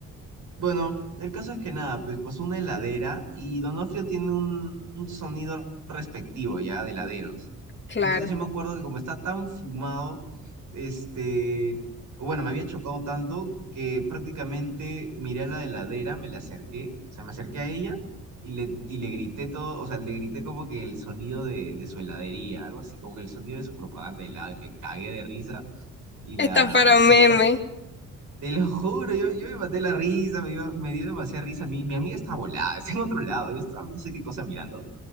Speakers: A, on the right; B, on the left.
A: Bueno, el caso es que nada, pues pasó una heladera y Donofrio tiene un, un sonido respectivo ya de heladeros.
B: claro.
A: Entonces yo me acuerdo que como está tan fumado, este, bueno, me había chocado tanto que prácticamente miré a la heladera, me le acerqué, o sea, me acerqué a ella y le, y le grité todo, o sea, le grité como que el sonido de, de su heladería, algo así, como que el sonido de su propaganda de helado y me cagué de risa y la
B: Está para
A: chica
B: meme.
A: te lo juro, yo, yo me maté la risa, me dio, me dio demasiada risa. Mi, mi amiga está volada, <laughs> está en otro lado, yo estaba no sé qué cosa mirando.